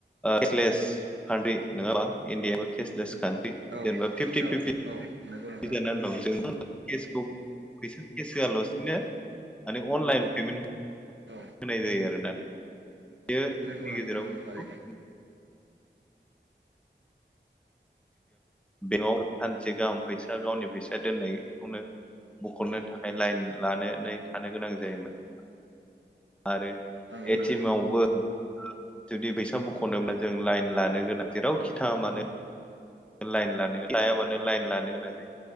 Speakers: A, in the centre; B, on the right.
A: केसलेस कान्ट्रि नङाबा इण्डियाबो केसलेस कान्ट्रि
B: औ
A: जेनबा पिबटि
B: औ
A: पिबटि
B: औ नंगौ नों
A: बि जानानै दं जोंबो केसखौ फैसा केस होआलासिनो माने अनलाइन पेमेन्ट
B: औ
A: होनाय जायो आरो ना बेयो जोंनि
B: नंगौ नोंथां
A: गेजेराव
B: नंगौ थारैनो
A: खुब बेंकआव सानसे गाहाम फैसा गावनि फैसा दोननायखौनो बख'नो थाखाय लाइन लानानै थानो गोनां जायोमोन। आरो
B: नंगौ
A: एटिम
B: नंगौ
A: आवबो जुदि फैसा बखनायाव'नो जों लाइन लानो गोनां जेरावखि थाङा मानो लाइन लानो लायाबानो लाइन लानो गोनां जायो